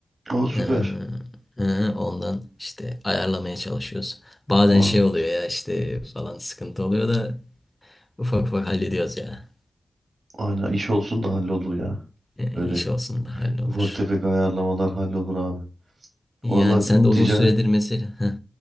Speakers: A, on the right; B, on the left.
A: Aa süper.
B: Ee, ee, ondan işte ayarlamaya çalışıyoruz. Bazen
A: Vay.
B: şey oluyor ya işte falan sıkıntı oluyor da ufak ufak hallediyoruz ya.
A: Aynen iş olsun da hallolur ya.
B: Ee,
A: Öyle
B: iş olsun da hallolur.
A: ufak tefek ayarlamalar hallolur abi.
B: Yani
A: Vallahi
B: sen de uzun
A: ticaret
B: süredir mesela. Heh,